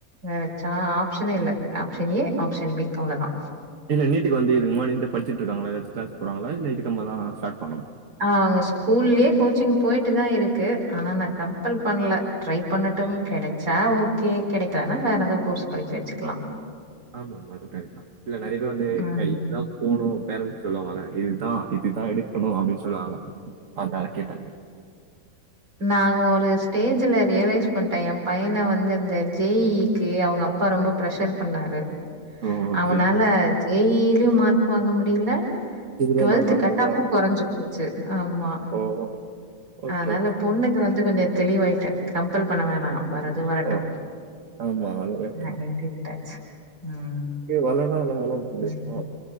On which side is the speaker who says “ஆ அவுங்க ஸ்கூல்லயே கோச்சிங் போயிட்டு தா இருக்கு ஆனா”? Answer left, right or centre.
Right